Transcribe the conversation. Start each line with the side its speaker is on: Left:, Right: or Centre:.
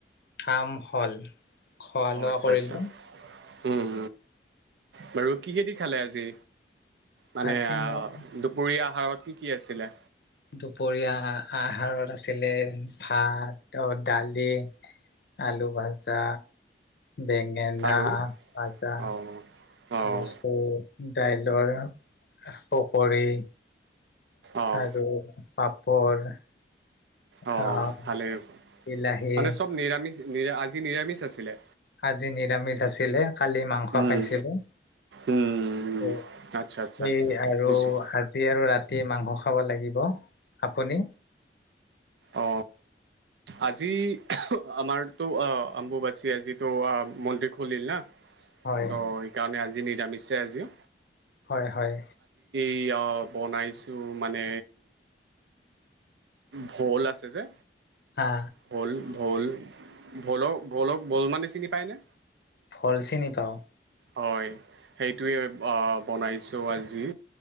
Left: কাম হ'ল খোৱা
Right: অঁ
Left: লোৱা
Right: আচ্ছা
Left: কৰিলোঁ।
Right: আচ্ছা উম বাৰু। কি দি খালে। আজি মানে
Left: আজি
Right: দুপৰীয়া
Left: মোৰ
Right: আহাৰত কি কি আছিলে।
Left: দুপৰীয়া আহাৰত আছিলে ভাত দালি। আলু ভাজা। বেঙেনা
Right: আৰু
Left: ভাজা,
Right: অঁ অঁ
Left: মচুৰ, দাইলৰ পকৰী।
Right: অঁ
Left: আৰু পাপৰ।
Right: অ
Left: আহ
Right: ভালেই
Left: বিলাহী
Right: মানে চব নিৰামিষ নিৰা আজি নিৰামিষ আছিলে?
Left: আজি নিৰামিষ আছিলে কালি মাংস
Right: উম,
Left: খাইছিলো?
Right: উম।
Left: আৰু
Right: আচ্ছা আচ্ছা
Left: সি
Right: আচ্ছা
Left: আৰু
Right: বুজিলোঁ
Left: আজি আৰু ৰাতি মাংস খা খাব লাগিব আপুনি?
Right: অ, আজি আমাৰতো অ অম্বুবাচী আজো মন্দিৰ খুলিল না। ত'
Left: হয়
Right: সেইকাৰণে আজি নিৰামিষছে আজিও।
Left: হয় হয়।
Right: কি আউ বনাইছো মানে ভূল আছে যে
Left: হা
Right: ভোল ভোল ভোলক ভোলক ভল মানে চিনি পায়নে?
Left: ভোল চিনি পাও
Right: হয় সেইটোৱে বনাইছোঁ আজি